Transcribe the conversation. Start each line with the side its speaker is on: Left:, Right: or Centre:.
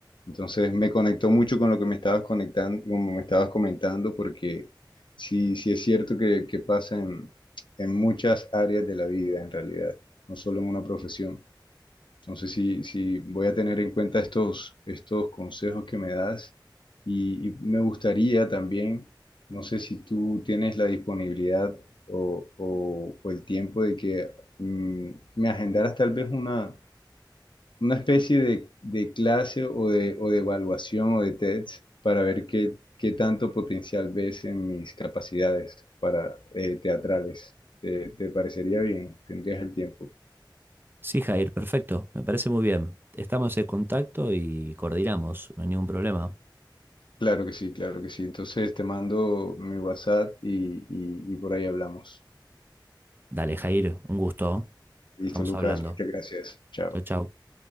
Left: Entonces me conectó mucho con lo que me estabas conectando, como me estabas comentando, porque sí, sí es cierto que, que pasa en, en muchas áreas de la vida en realidad, no solo en una profesión. Entonces, sí, sí, voy a tener en cuenta estos, estos consejos que me das y, y me gustaría también, no sé si tú tienes la disponibilidad o, o- o el tiempo de que mm, me agendaras tal vez una, una especie de, de clase o de, o de evaluación o de test para ver qué, qué tanto potencial ves en mis capacidades para eh, teatrales. ¿Te, te parecería bien? ¿Tendrías el tiempo?
Right: Sí, Jair, perfecto, me parece muy bien. Estamos en contacto y coordinamos, no hay ningún problema.
Left: Claro que sí, claro que sí. Entonces te mando mi WhatsApp y, y y por ahí hablamos.
Right: Dale, Jair, un gusto.
Left: Listo,
Right: Estamos
Left: Lucas,
Right: hablando.
Left: muchas gracias. Chao.
Right: Chau, chau.